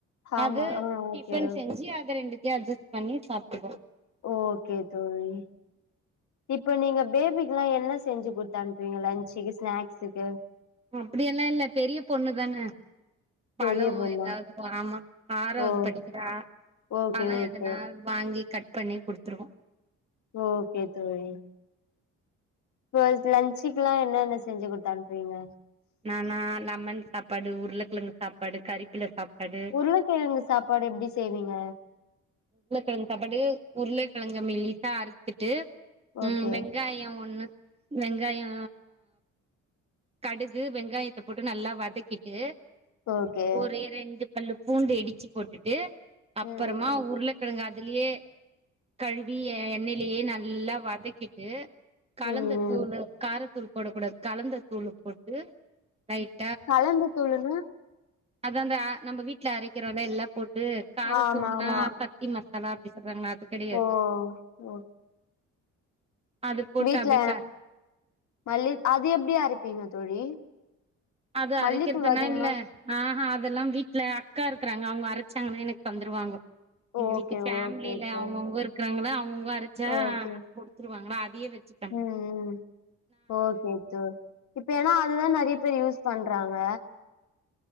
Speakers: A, on the left; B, on the right.
A: ஆமா
B: அது
A: ஆ ஓகே
B: டிஃபன்
A: ஓகே
B: செஞ்சி அத ரெண்டுத்தயு அஜஸ் பண்ணி சாப்டுக்கோ
A: ஓகே தோழி இப்ப நீங்க பேபிக்குல்லா என்ன செஞ்சு குடுத்தனுப்புவீங்க லன்ஞ்சுக்கி ஸ்நாக்ஸுக்கு
B: அப்டியெல்லா இல்ல பெரிய பொண்ணு தான பழோ
A: பெரிய பொண்ணா
B: ஏதாது ஆமா ஆறாவது
A: ஓ
B: படிக்கிறா
A: ஓகே
B: பழோ
A: ஓகே
B: எதுனா வாங்கி கட் பண்ணி குடுத்துருவோ
A: ஓகே தோழி ட்டுவைஸ் லஞ்சுக்லா என்னென்ன செஞ்சு குத் அனுப்புவீங்க
B: நானா லெமன் சாப்பாடு உருளக்கிலங்கு சாப்பாடு கறி இல்ல சாப்பாட்டாச்சு
A: உருளகிழங்கு சாப்பாடு எப்டி செய்வீங்க
B: உருளக்கிழங்கு சாப்பாட்டுக்கு உருளக்கிழங்க மெல்லிசா அறுத்துட்டு
A: ஓகே
B: ம் வெங்காயம் ஒண்ணு வெங்காயோ கடுகு வெங்காயத்த போட்டு நல்லா வதக்கிட்டு
A: ஓகே
B: ஒரே ரெண்டு பல்லு பூண்டு இடிச்சு போட்டுட்டு அப்பறமா
A: ம்
B: உத் <unintelligible> அதுலயே கழுவி எண்ணெலையே நல்லா வதக்கிட்டு கலந்த
A: ம் ம்
B: தூளு காரத்தூள் போடக்கூடாது கலந்த தூளு போட்டு <unintelligible>
A: கலந்த தூளுனா
B: அதா இந்த நம்ப வீட்ல அரைக்கிறோல எல்லா போட்டு காரதூள்னா
A: ஆமா ஆமா
B: சத்தி மஸ் <unintelligible> அப்டி சொல்றாங்ள அது கெடையாது
A: ஓ ஓ
B: அது போட்டு
A: வீட்ல
B: அப்டியே க
A: மல்லி அது எப்டி அரப்பீங்க தோழி
B: அது
A: மல்லித்தூள்
B: அரைக்கிறதுன்னா
A: அதிகமா
B: இல்ல ஆஹா அதெல்லா வீட்ல அக்காருக்கறாங்க அவங்க அரைச்சாங்கன்னா எனக் தந்துருவாங்க எங்க
A: ஓகே
B: வீட்டு ஃபேம்லில
A: ஓகே தோழி
B: அவுங்கவுங்கோ இருக்குறாங்காதா அவுங்கவுங்கோ அரச்சா <unintelligible>
A: ஓகே
B: வந்துருவாங்களா அதயே வெச்சி
A: ம் ம்ம் ம் ஓகே தோழி இப்ப ஏன்னா அதுதா நறையா பேர் யூஸ் பண்றாங்க